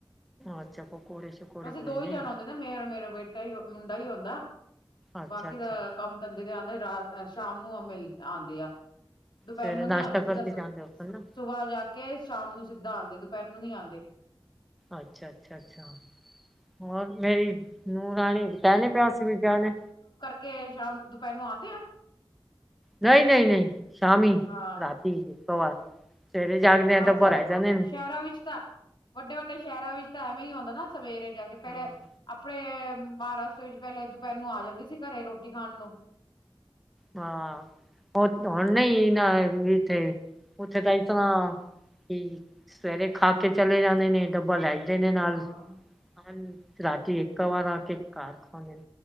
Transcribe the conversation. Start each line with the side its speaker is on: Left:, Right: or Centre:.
Centre: ਅੱਛਾ ਪਕੌੜੇ ਸ਼ਕੌੜੇ
Left: ਅਸੀਂ
Centre: ਬਣਾਏ
Left: ਦੋ ਹੀ
Centre: ਨੇ।
Left: ਜਾਣਾ ਹੁੰਦੇ ਮੇਰਾ ਮੇਰਾ ਬੇਟਾ ਮੁੰਡਾ ਹੂੰਦਾ,
Centre: ਅੱਛਾ
Left: ਬਾਕੀ
Centre: ਅੱਛਾ
Left: ਦਾ ਕੰਮ ਧੰਦੇ ਦੇ ਆਂਦੇ ਰਾਤ ਸ਼ਾਮ ਨੂੰ ਮਿਲ ਆਂਦੇ ਆ। ਦੁਪਹਿਰ
Centre: ਸਵੇਰੇ
Left: ਨੂੰ
Centre: ਨਾਸ਼ਤਾ
Left: ਨੀ ਆਂਦੇ
Centre: ਕਰਕੇ
Left: ਸੀਧਾ ਸੁਬਾਹ
Centre: ਜਾਂਦੇ ਹੋ ਨਾ
Left: ਜਾ ਕੇ, ਸ਼ਾਮ ਨੂੰ ਸਿੱਧਾ ਆਂਦੇ ਦੁਪਹਿਰ ਨੂੰ ਨੀ ਆਂਦੇ।
Centre: ਅੱਛਾ, ਅੱਛਾ, ਅੱਛਾ, ਹੋਰ ਮੇਰੀ ਨੂੰ ਰਾਣੀ ਕਹਿ ਨੇ ਪਿਆ ਸੀ ਅਸੀਂ ਵੀ ਜਾਣੇ।
Left: ਕੇ ਸ਼ਾਮ ਦੁਪਹਿਰ ਨੂੰ ਆਂਦੇ ਆ?
Centre: ਨਹੀਂ ਨਹੀਂ ਨਹੀਂ, ਸ਼ਾਮੀ,
Left: ਹਾਂ
Centre: ਰਾਤੀ, ਇੱਕਾ ਵਾਰ, ਸਵੇਰੇ ਜਾਗਦੇ ਆ
Left: ਹਾਂ
Centre: ਤਾਂ
Left: ਸ
Centre: ਰਹਿ ਜਾਂਦੇ ਨੇ
Left: ਸ਼ਹਿਰਾਂ ਵਿੱਚ ਤਾਂ ਵੱਡੇ ਵੱਡੇ ਸ਼ਹਿਰਾਂ ਵਿੱਚ ਤਾਂ ਐਵੇਂ ਹੀ ਆਉਂਦਾ ਨਾ ਸਵੇਰੇ ਜਾ ਕੇ ਪਹਿਲੇ,
Centre: ਹਾਂ
Left: ਆਪਣੇ ਮਹਾਰਾਸ਼ਟਰ ਵਿੱਚ ਪਹਿਲਾਂ ਦੁਪਹਿਰ ਨੂੰ ਆ ਜਾਂਦੇ ਸੀ ਘਰੇ ਰੋਟੀ ਖਾਣ ਨੂੰ।
Centre: ਹਾਂ, ਹੁਣ ਨਹੀਂ ਇਹ ਨਾ ਇੱਥੇ, ਉੱਥੇ ਤਾਂ ਇਸ ਤਰ੍ਹਾਂ
Left: ਹਾਂ
Centre: ਕੀ ਸਵੇਰੇ ਖਾ ਕੇ ਚਲੇ ਜਾਂਦੇ ਨੇ, ਡੱਬਾ ਲੈ ਜਾਂਦੇ ਨੇ ਨਾਲ।
Left: ਹਾਂ
Centre: ਹ ਰਾਤੀ ਇੱਕਾ ਵਾਰ ਆ ਕੇ ਘਾਰ ਖਾਂਦੇਂਨ,